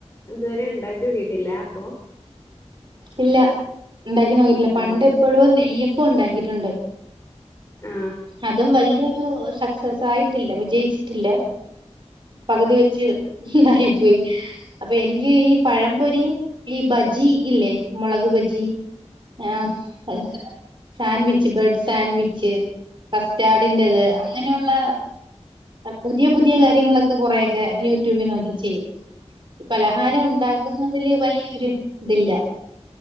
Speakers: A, on the left; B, on the right.
A: ഇതുവരെ ഉണ്ടാക്കി നോക്കിട്ടില്ല അപ്പൊ
B: ഇല്ല ഉണ്ടാക്കി നോക്കിട്ടില്ല പണ്ട്
A: ആഹ്
B: എപ്പോഴോ നെയ്യ പ്പം ഉണ്ടാക്കിട്ടുണ്ട്
A: ബ്ര
B: അതും വല്യ ഒരു ശാ സക്സസ് ആയിട്ടില്ല, വിജയിച്ചിട്ടില്ല. പകുതി വെച്ച്. ആയിപ്പോയി. അപ്പൊ, എനിക്ക് ഈ പഴം പൊരി ഈ ബജി ഈ, ഇല്ലേ? മുളക് ബജി. ആഹ് സാൻവിച്ച്, ബ്രെഡ് സാൻവിച്ച്, കസ്റ്റാർഡിന്റെത്, അങ്ങനെയുള്ള പുതിയ, പുതിയ കാര്യങ്ങളൊക്കെ കുറെ യൊക്കെ യൂട്യൂബിൽ നോക്കി ചെയ്യും. പലഹാരം ഉണ്ടാക്കുന്നതില് വലിയൊരു ഇതില്ല.